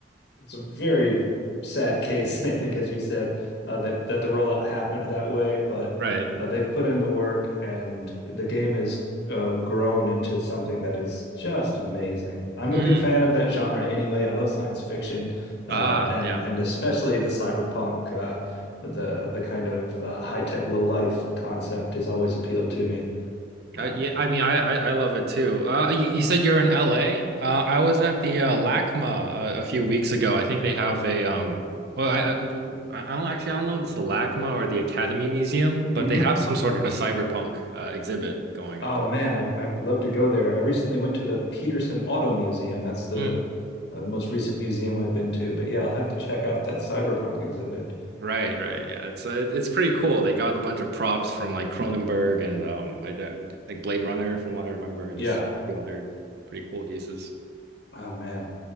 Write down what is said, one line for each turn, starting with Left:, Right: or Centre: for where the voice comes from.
Left: it's a very sad case, <laughs> I think, as you said, uh, that that the rollout happened that way. But
Right: Right.
Left: uh, they've put in the work, and the game has uh, grown into something that is just amazing. I'm
Right: Mm.
Left: a big fan of that genre anyway. I love science fiction, uh,
Right: Ah,
Left: and
Right: yeah.
Left: and especially the cyberpunk, uh, the the kind of uh, high tech low life concept has always appealed to me. Uh,
Right: Uh, yeah, I mean, I, I I love it too. Uh, you, you said you're in LA. Uh, I was at the uh, LACMA uh, a few weeks ago. I think they have a um. Well, I, I I don't actually I don't know if it's the LACMA or the Academy Museum, but
Left: mhm.
Right: they have some sort of a cyberpunk uh, exhibit going
Left: Oh
Right: on.
Left: man, I, I'd love to go there. I recently went to the Peterson Auto Museum. That's the,
Right: Mm,
Left: uh, the most recent museum I've been to. But yeah, I'll have to check out that cyberpunk exhibit.
Right: right, right. Yeah, it's uh, it- it's pretty cool. They got a bunch of props from like Cronenberg and um like that, like Blade Runner from what I remember, and
Left: Yeah.
Right: just like, a few other pretty cool pieces.
Left: Oh man.